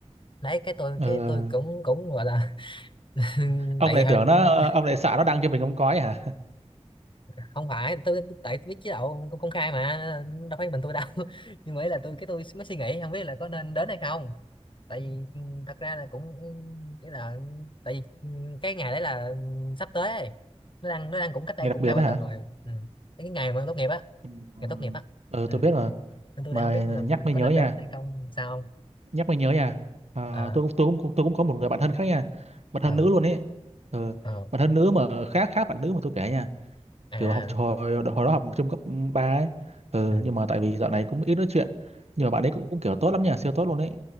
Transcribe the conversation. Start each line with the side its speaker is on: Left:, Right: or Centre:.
Left: đấy cái tôi
Right: ừ.
Left: cái
Right: ừ.
Left: tôi cũng cũng gọi là <laughs>
Right: ông
Left: tại
Right: lại
Left: vì hồi
Right: tưởng nó
Left: <laughs>
Right: ờ, ông lại sợ nó đăng cho mình không có ấy hả <laughs>
Left: không phải tôi tại tôi biết chế độ công công khai mà đâu phải mình tôi đâu <laughs> nhưng mà ý là tôi cái tôi mới suy nghĩ không biết là có nên đến hay không tại vì ừ, thật ra là cũng ừ, nghĩa là tại vì ừ, cái ngày đấy là ừ, sắp tới ấy. nó đang nó đang cũng cách đây
Right: nghe
Left: cũng
Right: đặc biệt
Left: hai
Right: đó
Left: ba tuần
Right: hả
Left: rồi ừ. cái ngày mà tốt nghiệp á
Right: ừ
Left: ngày tốt nghiệp á
Right: ờ,
Left: ừ.
Right: tôi biết mà
Left: nên tôi
Right: mà
Left: đang không biết là
Right: nhắc mới
Left: có
Right: nhớ
Left: nên
Right: nha
Left: đến hay không sao không
Right: nhắc mới nhớ nha à,
Left: à
Right: tôi cũng tôi cũng tôi cũng có một người bạn thân khác nha bạn thân
Left: à
Right: nữ luôn ấy ừ.
Left: à
Right: bạn thân nữ mà khác khác bạn nữ mà tôi kể nha
Left: à
Right: kiểu học hồi hồi đó học trung cấp 3 ấy ừ.
Left: ừ.
Right: nhưng mà tại vì dạo này cũng ít nói chuyện nhưng mà bạn ấy cũng, cũng kiểu tốt lắm nha siêu tốt luôn ấy